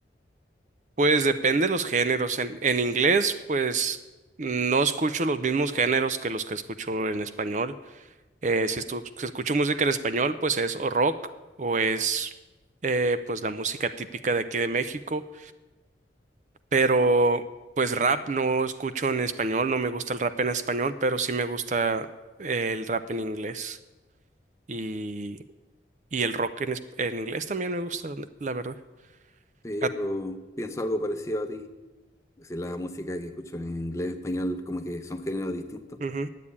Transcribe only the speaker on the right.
Pues depende de los géneros. En, en inglés, pues no escucho los mismos géneros que los que escucho en español. Eh, si, estu- si escucho música en español, pues es o rock o es eh, pues la música típica de aquí de México. pero pues rap no escucho en español, no me gusta el rap en español, pero sí me gusta el rap en inglés y, y el rock en, es- en inglés también me gusta, la la verdad.
Ah,
ujú.